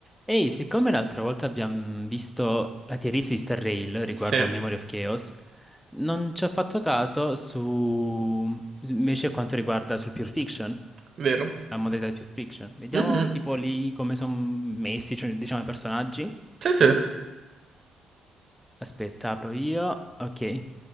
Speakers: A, in the centre; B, on the right (about 45°).
A: Ehi, siccome l'altra volta abbiamo visto la tier list di Star Rail riguardo
B: Sì,
A: a Memory of Chaos, non ci ho fatto caso su invece quanto riguarda sul Pure Fiction,
B: vero.
A: la modalità di Pure Fiction. Vediamo
B: Mhm.
A: tipo lì come sono messi, cioè, diciamo, i personaggi.
B: Sì, sì.
A: Aspetta, apro io. Ok.